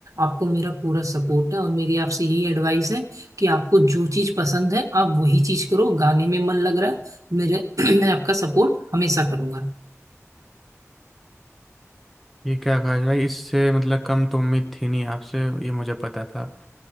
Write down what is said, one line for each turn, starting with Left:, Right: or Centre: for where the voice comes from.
Right: आपको मेरा पूरा सपोर्ट है और मेरी आपसे यही एडवाइस है कि आपको जो चीज पसंद है आप वही चीज करो गाने में मन लग रहा है मेरे <clears throat> मैं आपका सपोर्ट हमेशा करूंगा
Centre: ये क्या आकाश भाई इससे मतलब कम तो उम्मीद थी नहीं आपसे ये मुझे पता था